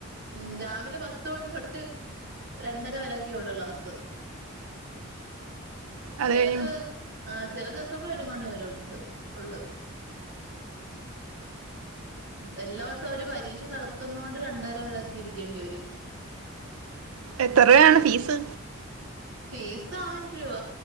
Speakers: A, on the right (about 60°); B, on the right (about 85°).
A: ഉം രാവിലെ പത്തുമണി തൊട്ട് രണ്ടര വരൊക്കെയള്ളു ക്ലാസ്സ്
B: അത്
A: ചെലത്
B: കഴിയും
A: ആ- ചെല ദിവസങ്ങള ഒരു മണി വരെണ്ട് ഉള്ള് എല്ലാ ദിവസവും അവര് പരീക്ഷ നടത്തുന്ന കൊണ്ട് രണ്ടാ വരെയൊക്കെ ഇരിക്കേണ്ടി വരും അങ്ങനൊക്കെ
B: എത്രയാണ് ഫീസ്
A: ഫീസ് ആയിരം രൂപ